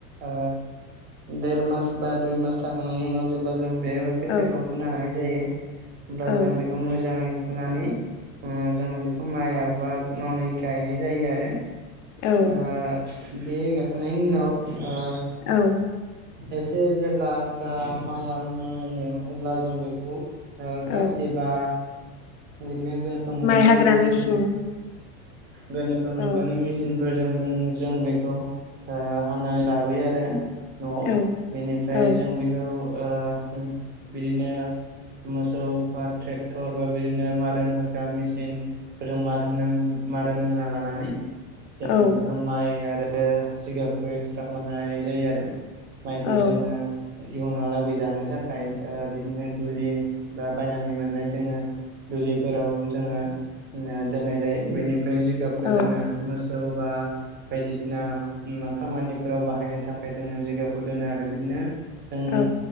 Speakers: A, on the right; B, on the left.
A: ओ देर मास बा दुइ मास थाखांनायनि उनाव जेब्ला जों बे खोथियाखौ
B: औ
A: फुनो हानाय जायो होनोमब्ला
B: औ
A: जों बेखौ मोजाङै फुनानै उम जों बेखौ माइ आबाद मावनानै गायनाय जायो आरो
B: औ
A: ओ बे गाखांनायनि उनाव ओ
B: औ
A: एसे जेब्ला दा माया मोनो अब्ला जों बेखौ ओ खासि
B: औ
A: बा बिदिनो गोनोखो मुगानि
B: माइ हाग्रा
A: मेचिन
B: मेसिन
A: गोनोखो
B: औ
A: मुगानि मिस <unintelligible> जों बेखौ ओ हाननानै लाबोयो आरो न'आव
B: औ
A: बेनिफ्राय
B: औ
A: जों बेखौ ओ बिदिनो मोसौ बा ट्रेक्ट'र बा बिदिनो मारोन होग्रा मेसिनजों मार होन मारोन होना लानानै जों
B: औ
A: बेखौ माइ आरो जिगाबखौ एक्सट्रा खालामनाय जायो आरो माइखौ
B: औ
A: जोङो इयुनाव लागै जानो ओ थाखाय बिदिनो दुलि बा बायनानै मोननाय जोङो दुलिफोराव जोङो दोननाय जायो बेनिफ्राय जिगाबखौ
B: औ
A: जोङो मोसौ बा बायदिसिना खामानिफोराव बाहायनो थाखाय जोङो जिगाब खौ दोनो आरो बिदिनो जों
B: औ